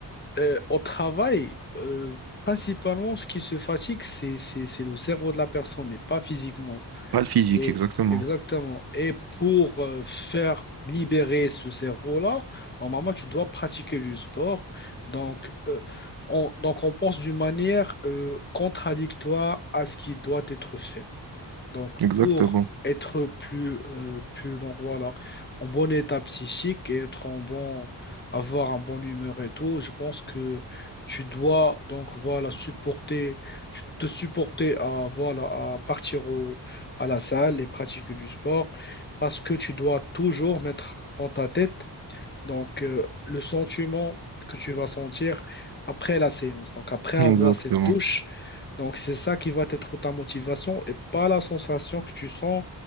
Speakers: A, on the left; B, on the right.
A: euh, au travail, euh, principalement, ce qui se fatigue, c'est, c'est, c'est le cerveau de la personne et pas physiquement.
B: Pas le physique,
A: Et
B: exactement.
A: exactement. Et pour euh, faire libérer ce cerveau-là, normalement, tu dois pratiquer du sport. Donc, euh, on, donc on pense d'une manière euh, contradictoire à ce qui doit être fait. Donc,
B: Exactement.
A: pour être plus, euh, plus donc voilà, en bon état psychique et être en bon, avoir un bon humeur et tout, je pense que tu dois donc voilà supporter, tu te supporter à voilà à partir au, à la salle et pratiquer du sport parce que tu dois toujours mettre dans ta tête donc, euh, le sentiment que tu vas sentir après la séance, donc après
B: Exactement.
A: avoir cette douche, donc c'est ça qui va être ta motivation et pas la sensation que tu sens